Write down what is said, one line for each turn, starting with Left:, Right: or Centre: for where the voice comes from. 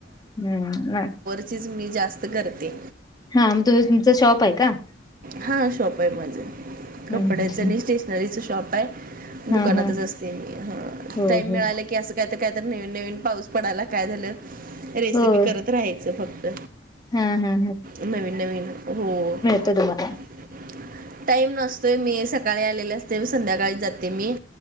Left: हम्.
Right: तचीच मी जास्त करते.
Left: हा मग तु तुमचा शॉप आहे का?
Right: हा शॉप आहे माझे
Left: हम्म
Right: कपड्याचं
Left: हम्म
Right: आणि स्टेशनरीच शॉप आहे दुकानातच
Left: हा हा
Right: असत. ते मी हा
Left: हो
Right: टाईम
Left: हो
Right: मिळालं की असं काय तर काय तर नवीन नवीन पाऊस पडाला काय झालं. रेसिपी
Left: हो
Right: करत राहायचं फक्त
Left: हा हा
Right: नवीन नवीन हो.
Left: मला
Right: <unintelligible>
Left: <inaudible>
Right: टाईम नसतोय मी सकाळी आलेले असते संध्याकाळी जाते मी